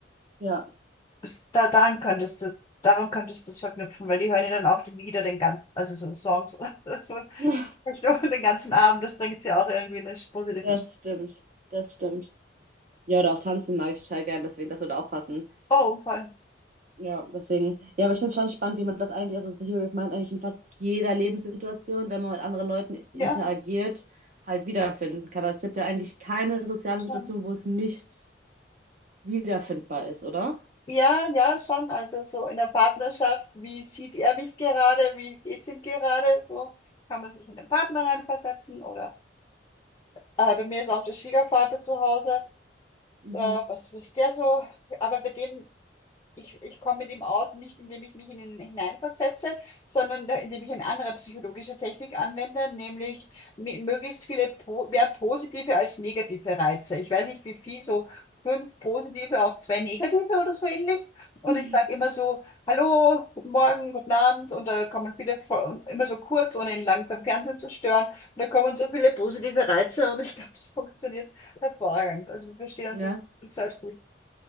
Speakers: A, on the right; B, on the left.
A: Ja,
B: s- da, daran könntest du, daran könntest du es verknüpfen, weil die hören ja dann auch die Lieder, den ganzen, also so Songs oder so, so
A: <laughs>
B: nicht nur den ganzen Abend, das bringt sie auch irgendwie in eine positive.
A: das stimmt. Das stimmt. Ja, oder auch tanzen mag ich total gern, deswegen, das würde auch passen.
B: Oh, toll.
A: Ja, deswegen. Ja, aber ich finde es schon spannend, wie man das eigentlich, also The Hero of Mind eigentlich in fast jeder Lebenssituation, wenn man mit anderen Leuten interagiert,
B: Ja,
A: halt wiederfinden kann. Also es gibt ja eigentlich keine soziale
B: schon.
A: Situation, wo es nicht wiederfindbar ist, oder?
B: Ja, ja, schon. Also so in der Partnerschaft, wie sieht er mich gerade, wie geht's ihm gerade? So kann man sich in den Partner reinversetzen oder äh, bei mir ist auch der Schwiegervater zu Hause.
A: Mhm.
B: Äh, was ist der so? Aber bei dem ich, ich komme mit ihm aus, nicht indem ich mich in ihn hineinversetze, sondern da- indem ich eine andere psychologische Technik anwende, nämlich mi- möglichst viele, po- mehr positive als negative Reize. Ich weiß nicht, wie viel, so fünf positive auf zwei negative oder so ähnlich. Und
A: <laughs>
B: ich sage immer so, hallo, guten Morgen, guten Abend. Und da kommen viele, voll- und immer so kurz, ohne ihn lang beim Fernsehen zu stören. Und da kommen so viele positive Reize und ich glaube, das funktioniert hervorragend. Also wir verstehen uns
A: Ja.
B: jetzt die Zeit gut.